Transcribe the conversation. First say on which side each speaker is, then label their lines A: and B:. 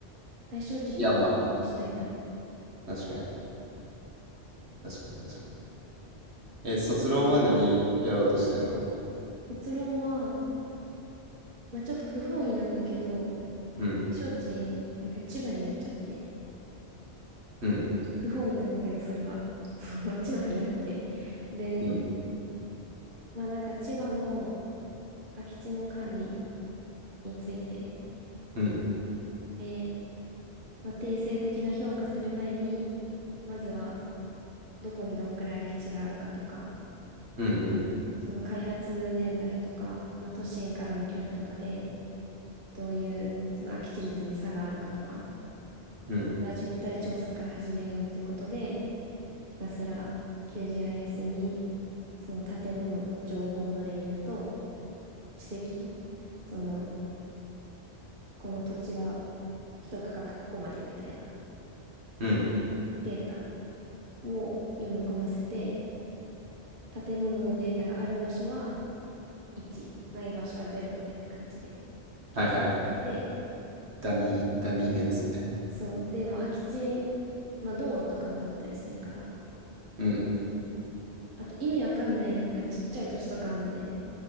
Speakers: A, on the right; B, on the right.
A: 対象値広く分析したいなら。
B: いや、まあ、確かに。確かに、確かに。え、卒論は何やろうとしてんの
A: 卒論は、まあ、ちょっと不本意なんだけど、
B: うん、
A: 対象値、なんか千葉になっちゃって、
B: うん、
A: 不本意なんだけど、それは。その千葉になって。で、
B: うん。
A: まあなんか千葉の空き地の管理について、
B: うん。
A: で、まあ、定性的な評価する前に、まずはどこにどんくらい空き地があるかとか、
B: うん
A: その開発年代とか、まあ、都心からの距離とかで、どういうその空き地率に差があるかとか、
B: うんうん
A: また実態調査から始めようってことで、ひたすら QGIS にその建物の情報のレイヤーと地籍、その、この土地は一区画ここまでみたいな
B: うん。
A: データを読み込ませて、建物のデータがある場所は1、ない場所は0みたいな感じで計算されて、
B: はいはい。ダミー、ダミー変数ね。
A: そう、でも空き地、まあ道路とかもあったりするから、
B: うん。
A: あと意味わかんないなんかちっちゃい土地とかあるのね。